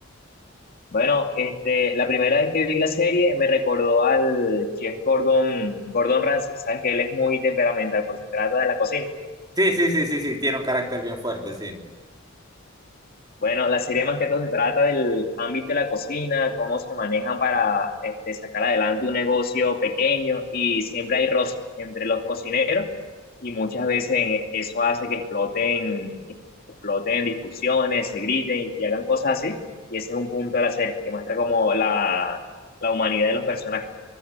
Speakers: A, on the left (about 50°); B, on the right (about 20°).
A: Bueno, este, la primera vez que vi la serie me recordó al chef Gordon, Gordon Ramsay. Sabes que él es muy temperamental cuando se trata de la cocina.
B: Sí, sí, sí, sí, sí, tiene un carácter bien fuerte, sí.
A: Bueno, la serie más que todo se trata del ámbito de la cocina, cómo se manejan para este, sacar adelante un negocio pequeño y siempre hay roces entre los cocineros y muchas veces eso hace que exploten, que exploten discusiones, se griten y, y hagan cosas así. Y ese es un punto de la serie que muestra como la, la humanidad de los personajes.